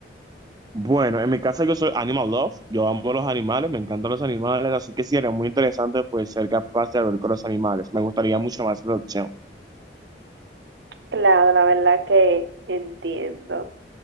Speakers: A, on the right (about 20°); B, on the right (about 85°).
A: Bueno, en mi caso yo soy animal love, yo amo los animales, me encantan los animales, así que sí, era muy interesante pues ser capaz de hablar con los animales. Me gustaría mucho más esa opción.
B: Claro, la verdad que entiendo.